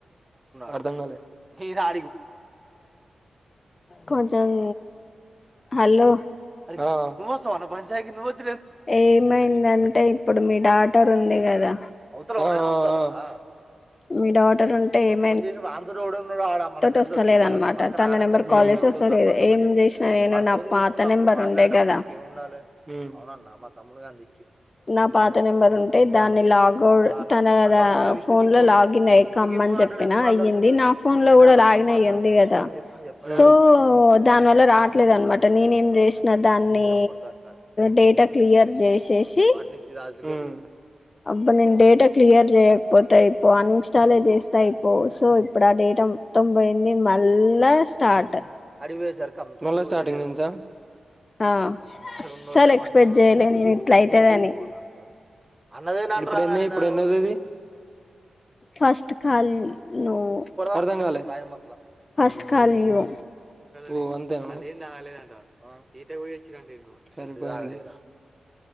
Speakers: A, on the right; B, on the left.
A: అర్ధంకాలే
B: కొంచం హలో
A: ఆ
B: ఏమైందంటే ఇప్పుడు మీ డాటర్ ఉంది కదా
A: ఆ ఆ ఆ
B: మీ డాటర్ ఉంటే ఏం
A: ఆ
B: వస్తలేదనమాట
A: హ్
B: తన నెంబర్ కాల్ చేసి వస్తలేదు ఏం
A: మల్
B: చేసినా నేను నా పాత నెంబర్ ఉండే కదా
A: గధ
B: నా పాత నెంబర్ ఉంటే దాన్ని
A: నువ్వు
B: లాగ్ అవు
A: ఆ అన్నావ్
B: తన
A: నాకు అవసరం లేదు విష్ణుకి
B: ఫోన్ లో లాగిన్
A: నువ్వు నువ్వు
B: అయి
A: విష్ణుకి
B: కమ్మ
A: ఫోన్
B: అని చెప్ప
A: అంటాడేంది
B: ప్పినా
A: మాట్లాడుతుంటే
B: అయ్యింది. నా ఫోన్
A: అరే
B: లో
A: నేను
B: కూడా
A: వాళ్ళ
B: లాగిన్
A: అన్నోని మాట్లాడుతున్న
B: అయి ఉంది కదా,
A: విష్ణు ఏం చెప్పని చెప్పరాదు
B: సో దాని వల్ల రావట్లేదు అనమాట
A: దాని జోడుకు
B: నేనే ఏం చేసిన దాన్ని
A: వాని పేరేమో కొడతారు
B: డేటా క్లియర్ చేశేశి
A: హ్
B: అబ్బా నేను డేటా క్లియర్ చేయకపోతే అయిపోవు అన్ఇన్స్టాలే
A: ఓలీ
B: చేస్తే అయి పోవు సో ఇప్పుడు ఆ డేటా మొత్తం పోయింది, మళ్ళా స్టార్ట్
A: ఆడికి మళ్ళా స్టార్టింగ్ నుంచా
B: ఆ
A: అడున్నళ్ళ
B: అస్సలు ఎక్స్పెక్ట్ చేయలే
A: నువ్వ కూర్చన్నా
B: నేను ఇట్లా
A: నువ్వ
B: అయితదని
A: కూర్చు అంట అన్నదే ఇప్పుడు ఎన్ని, ఇప్పుడు ఎన్నోది ఇది.
B: ఫస్ట్ కాల్ నువ్వు
A: అర్ధం కాలే. దైన మ
B: ఫస్ట్ కాల్ యూ
A: ఓ అంతేనా. ఆ సీతే గుయ వచ్చినీ సరిపోయింది.